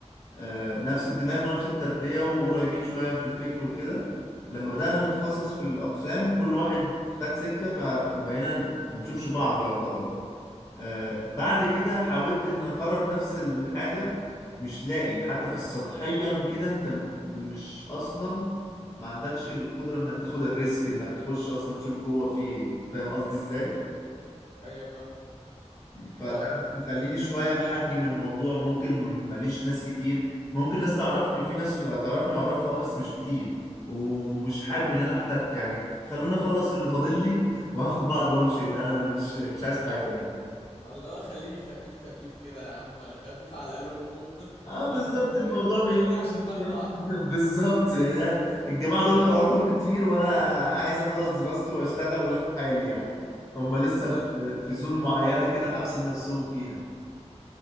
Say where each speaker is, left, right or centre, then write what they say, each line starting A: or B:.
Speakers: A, on the left; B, on the left.
A: آه نفس الدماغ ونفس التربيه وقريبين شويه في الفكر وكده لما بدانا نتخصص في الاقسام كل واحد خد سكه فبقينا ما نشوفش بعض يعتبر آه، بعد كده حاولت ان اكرر نفس الحاجة مش لاقي حتى في السطحيا كده انت م- مش اصلا ما عندكش القدرة انك تاخد الريسك انك تخش اصلا تشوف جوه في ايه فاهم قصدي ازاي
B: ايوه فاهم
A: فده
B: هو
A: مخليني شوية محجم الموضوع ممكن م- ماليش ناس كتير ممكن ناس تعرفني في ناس تعرفني واعرفها اه بس مش كتير ومش حابب ان انا احتك يعني خلوني اخلص اللي فاضل لي واخد بعض وامشي يا جدعان انا مش مش عايز حاجة يعني
B: اللي هو خليني خفيف خفيف كده يا عم خفيف على قلوبكم <laughs>
A: اه بالظبط
B: و-
A: الموضوع بيمشي
B: وما نوجعش دماغ
A: <laughs>
B: بعض
A: بالظبط يعني أنا- الجماعه دول حواراتهم كتير وانا عايز اخلص دراستي واشتغل واشوف حالي يعني هم
B: بالظبط
A: لسه في في زون معينه كده حابسين نفسهم فيها